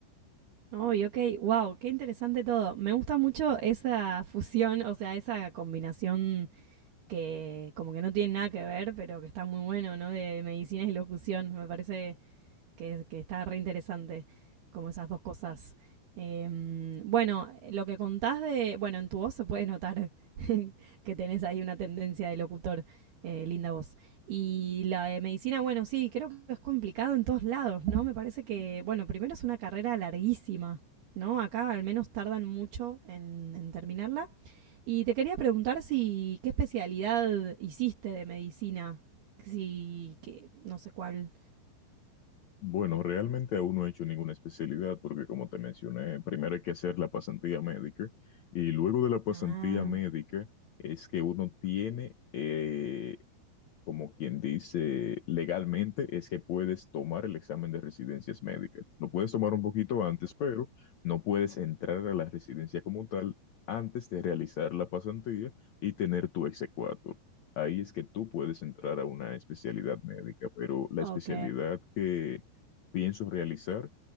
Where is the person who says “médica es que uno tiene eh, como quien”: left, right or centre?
Left